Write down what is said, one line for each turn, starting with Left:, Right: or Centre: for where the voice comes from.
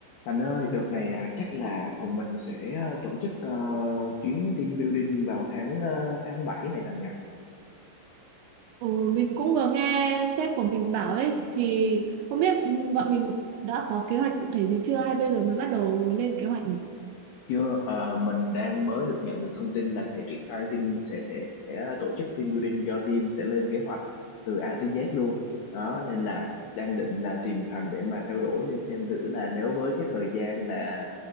Left: Thành ơi, đợt này à, chắc là phòng mình sẽ ờ, tổ chức ờ, chuyến team building vào tháng ờ, tháng 7 này Thành nhỉ?
Right: Ừ, mình cũng vừa nghe sếp của mình bảo ấy thì không biết bọn mình đã có kế hoạch cụ thể gì chưa hay bây giờ mới bắt đầu lên kế hoạch nhỉ?
Left: Chưa, ờ, mình đang mới được nhận được thông tin là sẽ triển khai team sẽ sẽ sẽ tổ chức team building cho team sẽ lên kế hoạch từ A tới Z luôn. Đó nên là đang định là tìm Thành để mà trao đổi xem thử là nếu với cái thời gian là